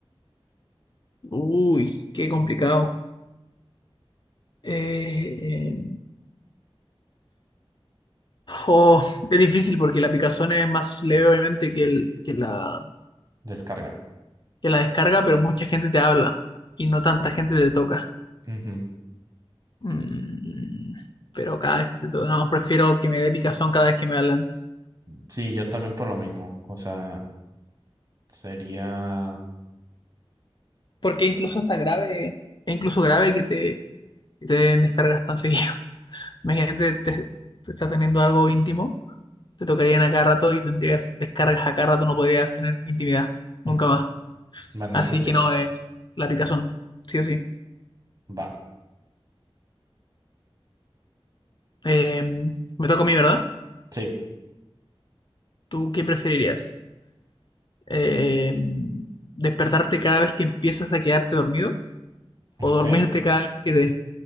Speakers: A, on the left (about 50°); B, on the right (about 40°).
A: Uy, qué complicado. Eh, eh, Oh, es difícil porque la picazón es más leve obviamente que, el, que, la,
B: Descarga.
A: que la descarga, pero mucha gente te habla y no tanta gente te toca.
B: Ujú.
A: Mm, pero cada vez que te toca, no, prefiero que me dé picazón cada vez que me hablan.
B: Sí, yo también por lo mismo. O sea, sería...
A: Porque incluso está grave. Es incluso grave que te, que te den descargas tan seguido. <laughs> Imagínate, te, te estás teniendo algo íntimo, te tocarían a cada rato y tendrías descargas a cada rato, no podrías tener intimidad,
B: mm,
A: nunca más.
B: Bueno,
A: Así
B: eso sí.
A: que no, eh, la picazón, sí o sí.
B: Va.
A: Eh, me toca a mí, ¿verdad?
B: Sí.
A: ¿Tú qué preferirías? Eh, ¿despertarte cada vez que empiezas a quedarte dormido?
B: Ok.
A: ¿O dormirte cada vez que te...